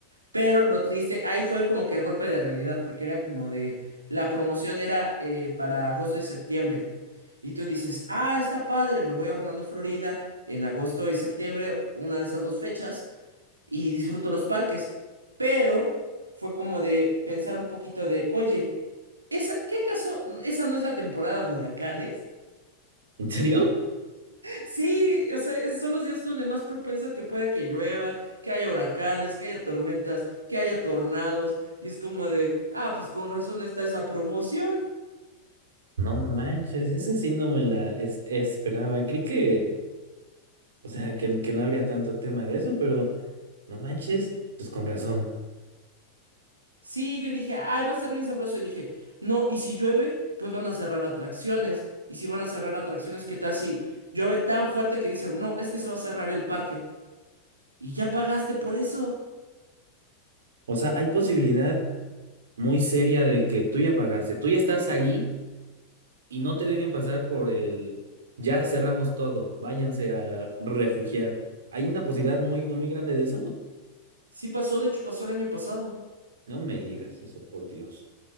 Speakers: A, on the right; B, on the right.
A: Pero lo triste, ahí fue como que el golpe de realidad, porque era como de, la promoción era eh, para agosto y septiembre. Y tú dices, ah, está padre, me voy a Orlando, Florida, en agosto y septiembre, una de esas dos fechas, y disfruto los parques. Pero fue como de pensar un poquito de, oye, ¿esa, qué acaso, esa no es la temporada de huracanes?
B: ¿En serio?
A: Sí, o sea, es- son los días donde más propensa que pueda que llueva, que haya huracanes, que haya tormentas, que haya tornados. Y es como de, ah, pues con razón está esa promoción.
B: No manches, esa sí no me la es- esperaba. Creí que, o sea, que, que no habría tanto tema de eso, pero no manches, pues con razón.
A: Sí, yo dije, ay, va a estar bien sabroso. Y dije, no, y si llueve, pues van a cerrar atracciones. Y si van a cerrar atracciones, ¿qué tal si llueve tan fuerte que dicen, no, es que se va a cerrar el parque? Y ya pagaste por eso.
B: O sea, hay posibilidad muy seria de que tú ya pagaste, tú ya estás ahí. y no te dejen pasar por el ya cerramos todo, váyanse a refugiar. Hay una posibilidad muy, muy grande de eso.
A: Sí pasó, de hecho pasó el año pasado.
B: No me digas eso, por Dios.